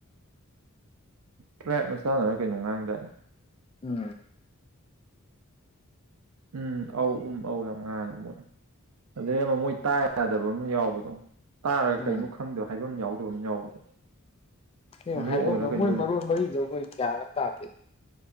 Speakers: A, on the right; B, on the left.
A: ꯇ꯭ꯔꯥꯏꯞ ꯃꯆꯥꯅ ꯀꯩꯅꯣ ꯉꯥꯡꯗꯥꯏ
B: ꯎꯝ
A: ꯎꯝ ꯑꯧ ꯎꯝ ꯑꯧ ꯌꯥꯝ ꯉꯥꯡꯉꯦ ꯃꯣꯏ ꯑꯗꯩ ꯑꯃ ꯃꯣꯏ ꯇꯥ ꯌꯥꯗꯕ ꯑꯃ ꯌꯥꯎꯕꯗꯣ ꯇꯥꯔꯒ
B: ꯎꯝ
A: ꯀꯩꯅꯣ ꯈꯪꯗꯕ ꯍꯥꯏꯕꯝ ꯌꯥꯎꯗꯕꯝ ꯌꯥꯎꯕꯗꯣ
B: ꯑꯁꯦꯡꯕ
A: ꯅꯣꯛꯑꯣꯏꯔ
B: ꯍꯥꯏꯕꯝꯗꫭ
A: ꯀꯩꯅꯣ
B: ꯃꯣꯏ
A: ꯂꯩ
B: ꯃꯔꯣꯟ ꯃꯔꯤꯗꯣ ꯑꯩꯈꯣꯏ ꯒ꯭ꯌꯥꯟ ꯑꯃꯥ ꯇꯥꯗꯦ